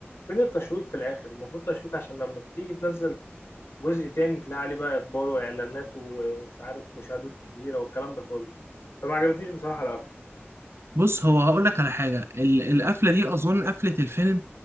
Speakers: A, on the left; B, on the right.
A: فين التشويق في الاخر المفروض تشويق عشان لما تيجي تنزل جزء تاني تلاقي عليه بقى اقبال واعلانات ومش عارف مشاهدات كتيره والكلام ده كله فما عجبتنيش بصراحه القفله
B: بص هو هقول لك على حاجه ال- القفله دي اظن قفله الفيلم